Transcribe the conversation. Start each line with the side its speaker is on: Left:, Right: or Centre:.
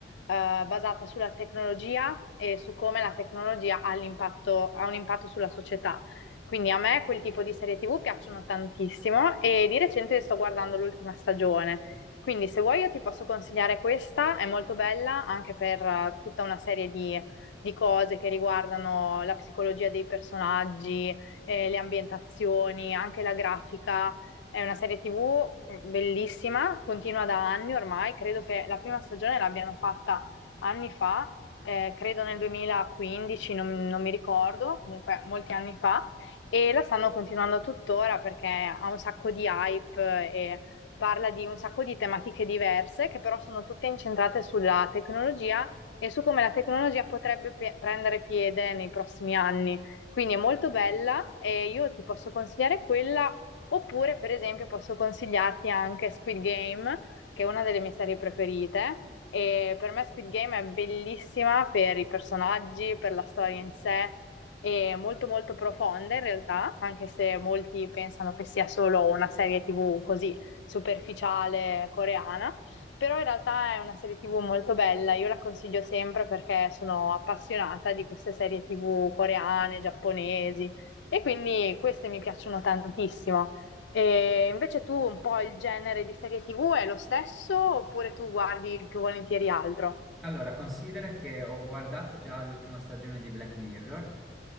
Left: eh, basata sulla tecnologia e su come la tecnologia ha l'impatto- ha un impatto sulla società. Quindi a me quel tipo di serie TV piacciono tantissimo e di recente sto guardando l'ultima stagione. Quindi se vuoi io ti posso consigliare questa, è molto bella anche per eh, tutta una serie di, di cose che riguardano la psicologia dei personaggi, eh, le ambientazioni, anche la grafica. È una serie TV bellissima, continua da anni ormai, credo che la prima stagione l'abbiano fatta anni fa, eh, credo nel 2015, non, non mi ricordo, comunque molti anni fa, e la stanno continuando tuttora perché ha un sacco di hype eh, e parla di un sacco di tematiche diverse che però sono tutte incentrate sulla tecnologia e su come la tecnologia potrebbe pe- prendere piede nei prossimi anni. Quindi è molto bella e io ti posso consigliare quella, oppure per esempio posso consigliarti anche Squid Game, che è una delle mie serie preferite. E per me Squid Game è bellissima per i personaggi, per la storia in sé, è molto molto profonda in realtà, anche se molti pensano che sia solo una serie TV così superficiale coreana, però in realtà è una serie TV molto bella, io la consiglio sempre perché sono appassionata di queste serie TV coreane, giapponesi e quindi queste mi piacciono tantissimo. E invece tu un po' il genere di serie TV è lo stesso oppure tu guardi più volentieri altro?
Centre: Allora, considera che ho guardato già l'ultima stagione di Black Mirror